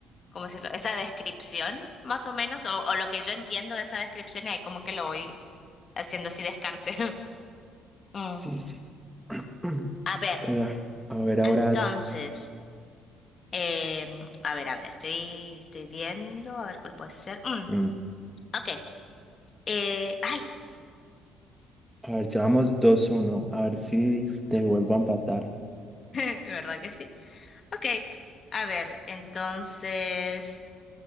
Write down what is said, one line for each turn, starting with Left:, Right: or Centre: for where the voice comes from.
Left: ¿cómo decirlo? Esa descripción, más o menos, o, o lo que yo entiendo de esa descripción y ahí como que lo voy haciendo así descarte. <laughs> Mm,
Centre: Sí, sí. <clears throat>
Left: A ver,
Centre: Ah, A ver, ahora
Left: entonces,
Centre: es-
Left: eh, a ver, a ver, estoy, estoy viendo, a ver cuál puede ser. Mm,
Centre: mm,
Left: ok. Eh, ay,
Centre: A ver, llevamos dos uno A ver si te vuelvo a empatar.
Left: <laughs> ¿verdad que sí? Ok, a ver, entonces,